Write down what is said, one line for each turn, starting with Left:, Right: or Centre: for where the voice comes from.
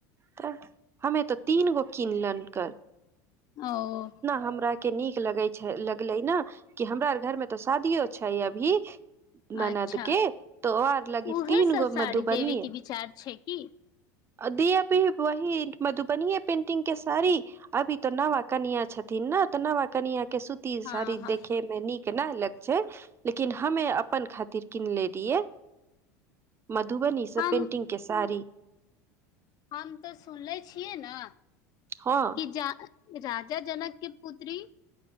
Right: त हमे तो तीन गो किनलन कर
Left: ओ
Right: हमरा के नीक लगे छै लगले ने कि हमरा आर घर मे तऽ शादियो छै अभी ननद
Left: अच्छा
Right: के तो आओर लगी
Left: उहे
Right: तीन
Left: सब
Right: गो
Left: साड़ी
Right: मधु बनीए
Left: देबे के विचार छै की
Right: दी अभी वही मधुबनीयें पेन्टिंग के सारी अभी तऽ नवा कनियाँ छथिन ने तऽ नवा कनियाँ के सूतीये
Left: हँ
Right: साड़ी
Left: हँ
Right: देख नीक नय लग छै लेकिन हमे अपन खातिर किनले रहियै मधुबनीसँ
Left: हम
Right: पेंटिंग के साड़ी
Left: हम तऽ सुनले छियै न
Right: हँ
Left: कि जा राजा जनकके पुत्री